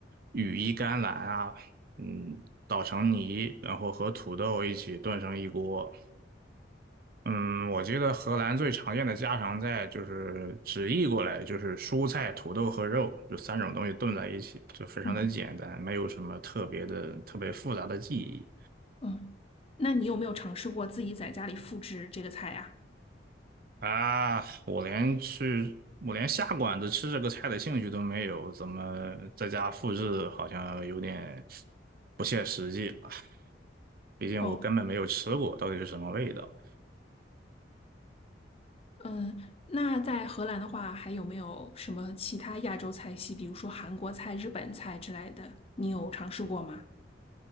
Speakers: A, on the right; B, on the left.
A: 羽衣甘蓝啊，嗯，捣成泥，然后和土豆一起炖成一锅。嗯，我记得荷兰最常见的家常菜就是直译过来就是蔬菜、土豆和肉，就三种东西炖在一起，就非常的简单，
B: 嗯
A: 没有什么特别的、特别复杂的技艺。
B: 嗯，那你有没有尝试过自己在家里复制这个菜呀？
A: 啊，我连去，我连下馆子吃这个菜的兴趣都没有，怎么在家复制好像有点不切实际了？毕竟我根本没有吃过，
B: 哦，
A: 到底是什么味道。
B: 嗯，那在荷兰的话，还有没有什么其他亚洲菜系，比如说韩国菜、日本菜之类的，你有尝试过吗？